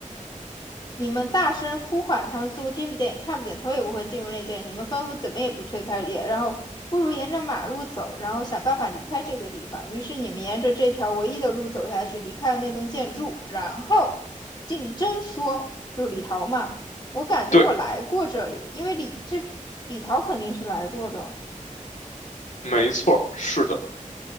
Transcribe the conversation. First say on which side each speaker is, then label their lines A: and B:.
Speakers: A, on the left; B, on the left.
A: 你们大声呼唤，他们似乎听不见也看不见，头也不会进入内间。你们吩咐怎么也不推开，也然后不如沿着马路走，然后想办法离开这个地方。于是你们沿着这条唯一的路走下去，离开了那栋建筑。然后竞争说，就是李桃嘛，我感觉我来过这里，
B: 对，
A: 因为李这李桃肯定是来过的。
B: 没错，是的，